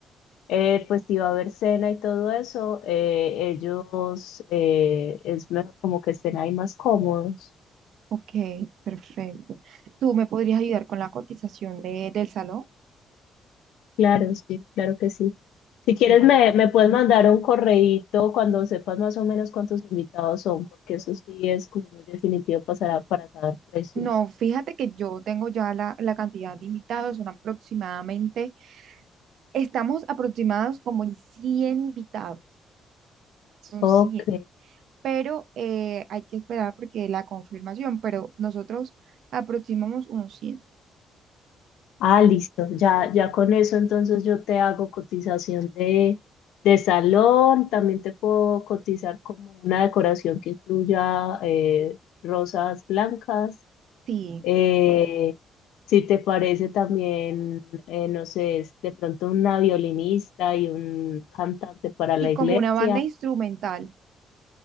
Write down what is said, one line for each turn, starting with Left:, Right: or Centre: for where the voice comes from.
Left: eh, pues iba a haber cena y todo eso, eh, ellos eh, es mejor como que estén ahí más cómodos.
Right: ok, perfecto. ¿Tú me podrías ayudar con la cotización de, del salón?
Left: Claro, sí, claro que sí. Si quieres
Right: Vale.
Left: me, me puedes mandar un correíto cuando sepas más o menos cuántos invitados son, porque eso sí es como muy definitivo pasará para saber precios.
Right: No, fíjate que yo tengo ya la, la cantidad de invitados, son aproximadamente Estamos aproximados como en 100 invitados, son
Left: Ok.
Right: 100, pero eh, hay que esperar porque la confirmación, pero nosotros aproximamos unos 100.
Left: Ah, listo. Ya, ya con eso entonces yo te hago cotización de, de salón. También te puedo cotizar como una decoración que incluya eh, rosas blancas.
Right: Sí,
Left: Eh, si te parece también, eh, no sé, es de pronto una violinista y un cantante para
Right: sí,
Left: la iglesia.
Right: como una banda instrumental.